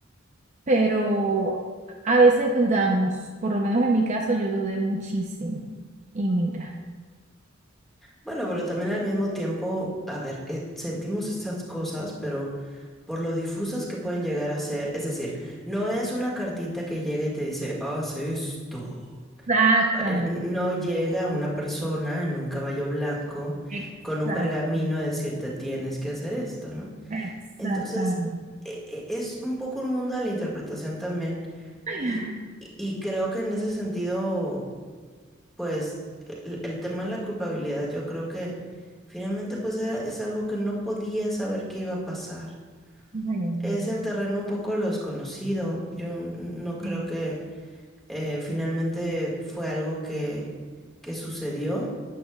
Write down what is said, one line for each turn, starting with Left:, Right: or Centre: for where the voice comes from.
Right: pero a veces dudamos, por lo menos en mi caso yo dudé muchísimo. Y mira,
Centre: Bueno, pero también al mismo tiempo, a ver, eh, sentimos estas cosas, pero por lo difusas que pueden llegar a ser, es decir, no es una cartita que llega y te dice, haz esto.
Right: exactamente,
Centre: Eh, n- No llega una persona en un caballo blanco
Right: exacto,
Centre: con un pergamino a decirte tienes que hacer esto, ¿no?
Right: exactamente.
Centre: Entonces, e- e- es un poco un mundo de la interpretación también.
Right: Ay,
Centre: Y,
Right: ay,
Centre: y y creo que en ese sentido pues el, el tema de la culpabilidad, yo creo que finalmente pues era, es algo que no podía saber que iba a pasar.
Right: ay, amiga,
Centre: Es el terreno un poco lo desconocido. Yo n- no creo
Right: Sí,
Centre: que eh, finalmente fue algo que, que sucedió.